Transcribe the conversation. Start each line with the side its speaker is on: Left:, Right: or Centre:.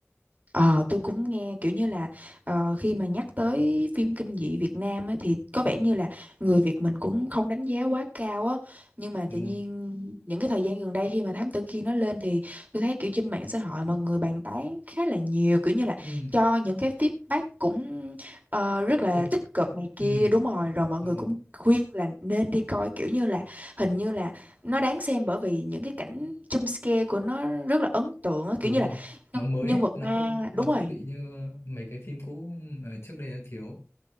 Right: Ờ, tôi cũng nghe kiểu như là ờ, khi mà nhắc tới phim kinh dị Việt Nam á, thì có
Left: Ừ,
Right: vẻ như là người Việt mình cũng không đánh giá quá cao á nhưng mà
Left: đúng
Right: tự nhiên
Left: không?
Right: những cái thời gian gần đây khi mà Thám Tử Kiên nó lên thì tôi thấy kiểu trên mạng xã hội mọi người bàn tán khá là nhiều kiểu như là
Left: Ừ,
Right: cho những cái feedback cũng ờ, rất
Left: tích
Right: là
Left: cực.
Right: tích cực
Left: tích-
Right: này kia
Left: Ừ.
Right: đúng rồi rồi mọi người
Left: đúng
Right: cũng
Left: rồi
Right: khuyên là nên đi coi kiểu như là hình như là nó đáng xem bởi vì những cái cảnh jump scare của nó rất là ấn tượng á
Left: đúng
Right: kiểu như là
Left: rồi nó
Right: nhân
Left: mới
Right: nhân
Left: ấy.
Right: vật
Left: nó
Right: ma
Left: không
Right: đúng
Left: nó không
Right: rồi
Left: bị như mấy cái phim cũ mà trước đây đã thiếu